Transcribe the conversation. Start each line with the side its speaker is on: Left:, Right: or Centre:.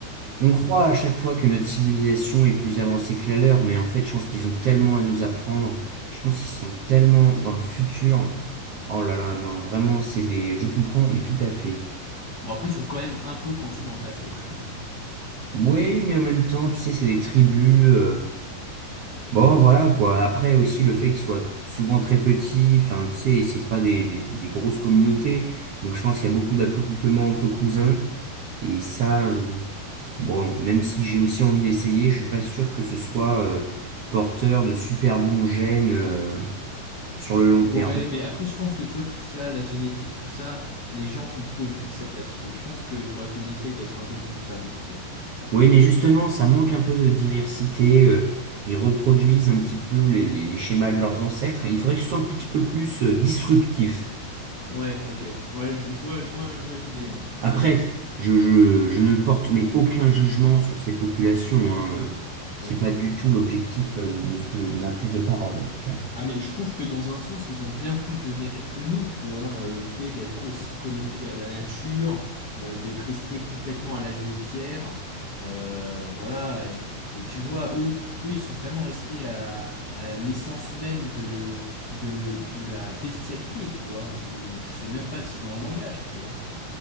Right: On croit à chaque fois que notre civilisation est plus avancée que la leur, mais en fait, je pense qu'ils ont tellement à nous apprendre. Je pense qu'ils sont tellement dans le futur. Oh là là, non, vraiment, c'est des... Je comprends, mais tout à fait.
Left: Bon, après, ils sont quand même un peu coincés dans le passé, quand même.
Right: Oui, mais en même temps, tu sais, c'est des tribus. euh, Bon, voilà, quoi. Après, aussi, le fait qu'ils soient souvent très petits, enfin, tu sais, c'est pas des, des, des grosses communautés. Donc, je pense qu'il y a beaucoup d'accouplement entre cousins. Et ça,
Left: Ouais.
Right: je. Bon, même si j'ai aussi envie d'essayer, je suis pas sûr que ce soit euh, porteur de super bons gènes euh, sur le long
Left: Ouais,
Right: terme.
Left: mais après, je pense que, tu vois, tout ça, la génétique, tout ça, les gens font trop une fixette là-dessus. Je pense qu'il faudrait qu'on essaye d'être un peu plus ouvert d'esprit, tu vois.
Right: Oui, mais justement, ça manque un peu de diversité. euh, ils reproduisent un petit peu les, les schémas de leurs ancêtres. Il faudrait que ce soit un petit peu plus euh, disruptif.
Left: Ouais, ok. Ouais, je, je vois, je vois, je vois l'idée, hein. C'est,
Right: Après,
Left: c'est assez...
Right: je, je, je ne porte mais aucun jugement sur ces populations, hein. euh,
Left: Ouais.
Right: C'est pas du tout l'objectif euh, de, de ce que, de ma prise de parole, en tout cas.
Left: Ah mais je trouve que dans un sens, ils ont bien plus de mérite que nous, tu vois, euh, le fait d'être aussi connectés à la nature, euh, d'être restés complètement à l'âge de pierre, euh, voilà, et, et tu vois, eux, eux, ils sont vraiment restés à, à l'essence même de, de, de la bestialité, tu vois, ils ont, je sais même pas s'ils ont un langage, tu vois.